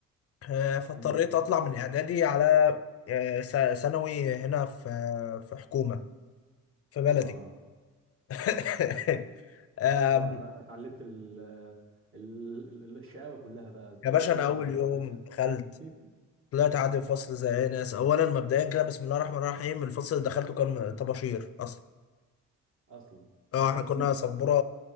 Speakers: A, on the left; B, on the right.
A: آه، فاضطريت
B: امم
A: اطلع من اعدادي على آه، ث- ثانوي هنا في آه في حكومه في بلدي
B: اه
A: <laughs> آم،
B: طبعا بقى اتعلمت ال ال- ال- الشقاوه كلها بقى
A: يا باشا
B: تهرب
A: انا اول
B: من
A: يوم
B: المدرسه
A: دخلت
B: <laughs>
A: طلعت عادي الفصل زي اي ناس اولا مبدئيا كده بسم الله الرحمن الرحيم الفصل اللي دخلته كان طباشير اصلا
B: اصلا
A: اه
B: <laughs>
A: احنا كنا سبوره